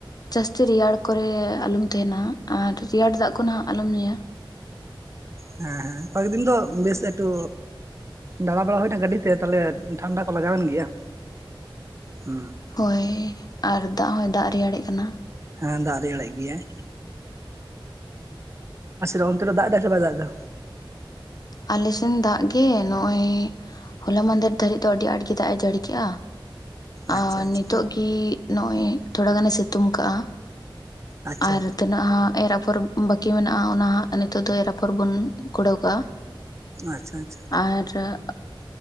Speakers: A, on the left; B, on the right.
A: ᱡᱟᱹᱥᱛᱤ ᱨᱮᱭᱟᱲ ᱠᱚᱨᱮ ᱟᱞᱚᱢ ᱛᱟᱦᱮᱱᱟ ᱟᱨ ᱨᱮᱭᱟᱲ ᱫᱟᱜ ᱠᱚ ᱱᱟᱦᱟᱜ ᱟᱞᱚᱢ ᱧᱩᱭᱟ᱾
B: ᱦᱮ ᱦᱮ ᱠᱚᱭᱮᱠ ᱫᱤᱱ ᱫᱚ ᱵᱮᱥ ᱮᱠᱴᱩ ᱫᱟᱬᱟ ᱵᱟᱲᱟ ᱦᱩᱭ ᱱᱟ ᱜᱟᱹᱰᱤᱛᱮ ᱛᱟᱞᱦᱮ ᱴᱷᱟᱱᱰᱟ ᱠᱚ ᱞᱟᱜᱟᱣ ᱮᱱ ᱜᱮᱭᱟ ᱦᱩ᱾
A: ᱦᱳᱭ ᱟᱨ ᱫᱟᱜ ᱦᱚᱭ ᱫᱟᱜ ᱨᱮᱭᱟᱲᱮᱜ ᱠᱟᱱᱟ᱾
B: ᱦᱮ ᱫᱟᱜ ᱨᱮᱭᱟᱲᱮᱫ ᱜᱮᱭᱟᱭ <unintelligible> ᱚᱱᱛᱮ ᱨᱮ ᱫᱟᱜ ᱮ ᱥᱮ ᱵᱟᱭ ᱫᱟᱜ ᱮᱫᱟ?
A: ᱟᱞᱮ ᱥᱮᱱ ᱫᱟᱜ ᱜᱮ ᱱᱚᱜ-ᱚᱭ᱾ ᱦᱚᱞᱟ ᱢᱟᱫᱷᱮᱨ ᱫᱷᱟᱹᱨᱤᱡ ᱫᱚ ᱟᱹᱰᱤ ᱟᱸᱴ ᱜᱮ ᱫᱟᱜ ᱮ ᱡᱟᱹᱲᱤ ᱠᱮᱜ-ᱟ᱾
B: ᱟᱪᱪᱷᱟ
A: ᱟᱨ
B: ᱟᱪᱪᱷᱟ
A: ᱱᱤᱛᱚᱜ ᱜᱮ ᱱᱚᱜ-ᱚᱭ ᱛᱷᱚᱲᱟ ᱜᱟᱱᱮ ᱥᱤᱛᱩᱝ ᱠᱟᱜ-ᱟ᱾
B: ᱟᱪᱪᱷᱟ
A: ᱟᱨ ᱛᱤᱱᱟᱹᱜ ᱦᱚ ᱮᱨ ᱟᱯᱷᱚᱨ ᱵᱟᱹᱠᱤ ᱢᱮᱱᱟᱜ-ᱟ ᱚᱱᱟ ᱦᱟᱜ ᱱᱤᱛᱚᱜ ᱫᱚ ᱨᱟᱯᱷᱚᱲ ᱵᱚᱱ ᱠᱩᱲᱟᱹᱣ ᱠᱟᱜ-ᱟ᱾
B: ᱟᱪᱪᱷᱟ ᱟᱪᱪᱷᱟ᱾
A: ᱟᱨ ᱟᱜ